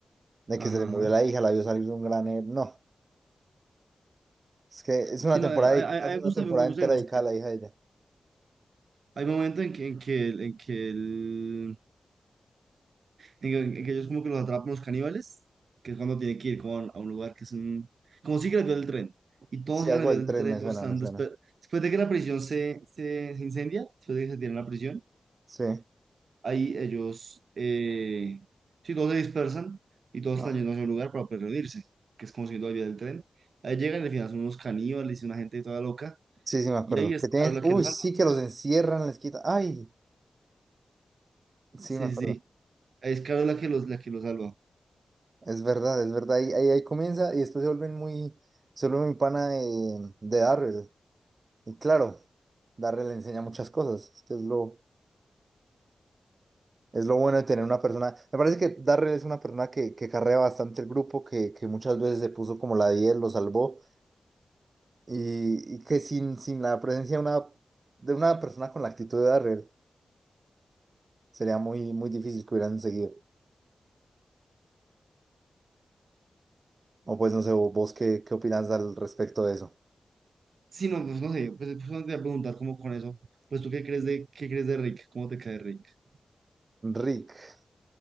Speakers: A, on the right; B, on the right.
A: de
B: Ajá,
A: que se le murió
B: ajá.
A: la hija, la vio salir de un gran... er- No, es que es
B: Sí,
A: una temporada,
B: no, a, a-
A: de- es
B: a- a
A: una
B: mí me gusta,
A: temporada
B: me gusta,
A: entera
B: digamos,
A: dedicada
B: que
A: a la hija de ella.
B: hay momentos en que, en que, el- en que él Digo, que que ellos como que los atrapan los caníbales, que es cuando tiene que ir con a un lugar que es un... Como siguen las vías del tren. Y todos
A: Sí,
B: siguen
A: algo
B: las vías
A: del
B: del
A: tren
B: tren,
A: me
B: todos
A: suena,
B: están...
A: me suena.
B: Después, después de que la prisión se, se, se incendia, después de que se tiene la prisión,
A: Sí.
B: ahí ellos... Eh, sí, todos se dispersan y todos
A: Ah,
B: están yendo hacia un lugar para pues, reunirse, que es como siguiendo las vías del tren. Ahí llegan y al final son unos caníbales y una gente toda loca.
A: sí, sí, me acuerdo.
B: Y ahí es
A: Que tienen...
B: Carol la
A: Uy,
B: que los salva.
A: sí, que los encierran, les quitan... Ay, sí,
B: Sí,
A: me acuerdo.
B: sí, sí. Ahí es Carol la que los, la que los salva.
A: Es verdad, es verdad. Ahí, ahí, ahí comienza y después se vuelven muy... Se vuelve muy pana de, de Darryl. Y claro, Darryl le enseña muchas cosas. Es que es lo, Es lo bueno de tener una persona. Me parece que Darrell es una persona que, que carrea bastante el grupo, que, que muchas veces se puso como la 10, lo salvó. Y, y que sin, sin la presencia de una, de una persona con la actitud de Darrell, sería muy, muy difícil que hubieran seguido. O pues no sé, vos qué, qué opinas al respecto de eso.
B: Sí, no, pues no sé, pues, pues, no te voy a preguntar cómo con eso, pues tú qué crees de, qué crees de Rick, cómo te cae Rick,
A: Rick.